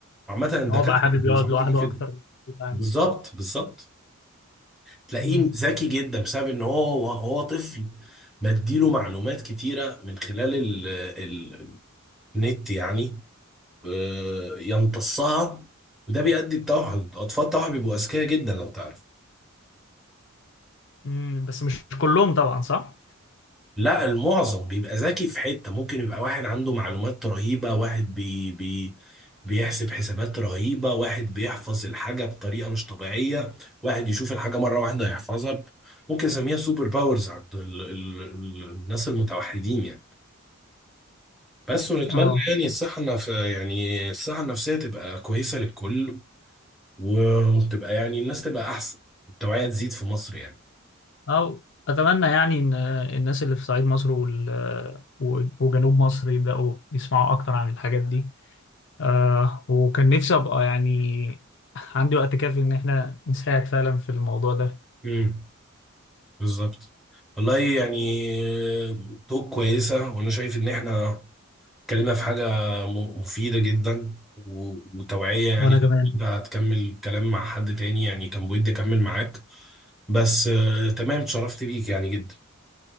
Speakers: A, in the centre; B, on the left (about 55°).
A: عامة الدكاترة
B: ان هو بقى حابب
A: ما بينصحوش
B: يقعد لوحده
A: بكده
B: اكتر بتاع
A: بالظبط بالظبط تلاقيه
B: مم.
A: ذكي جدا بسبب ان هو هو طفل بديله معلومات كتيرة من خلال ال... ال- النت يعني آه، يمتصها وده بيؤدي التوحد اطفال التوحد بيبقوا اذكياء جدا لو تعرف
B: مم. بس مش كلهم طبعا صح؟
A: لا المعظم بيبقى ذكي في حتة ممكن يبقى واحد عنده معلومات رهيبة واحد بي بي بيحسب حسابات رهيبة واحد بيحفظ الحاجة بطريقة مش طبيعية واحد يشوف الحاجة مرة واحدة يحفظها ممكن نسميها سوبر باورز عند ال ال ال الناس المتوحدين يعني بس ونتمنى
B: اه
A: يعني الصحة النف... يعني الصحة النفسية تبقى كويسة للكل و- وتبقى يعني الناس تبقى احسن التوعية تزيد في مصر يعني
B: أو أتمنى يعني إن الناس اللي في صعيد مصر وال... وجنوب مصر يبدأوا يسمعوا أكتر عن الحاجات دي آه وكان نفسي أبقى يعني عندي وقت كافي إن إحنا نساعد فعلا في الموضوع ده
A: امم بالظبط والله يعني توك كويسة وانا شايف ان احنا اتكلمنا في حاجة م- مفيدة جدا و- وتوعية يعني
B: وانا كمان
A: انت هتكمل كلام مع حد تاني يعني كان بودي اكمل معاك بس آه، تمام اتشرفت بيك يعني جدا